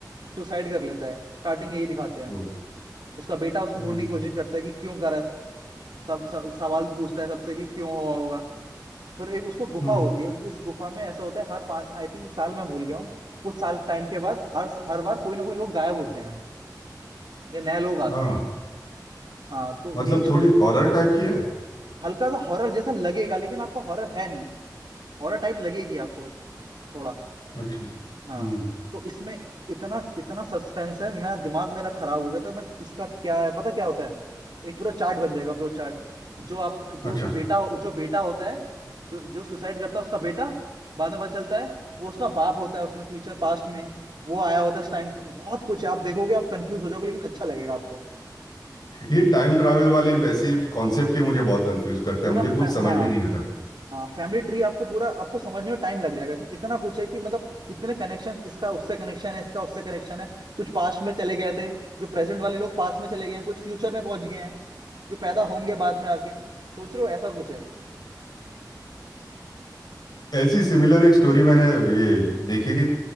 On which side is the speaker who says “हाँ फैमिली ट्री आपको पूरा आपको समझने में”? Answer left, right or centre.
Right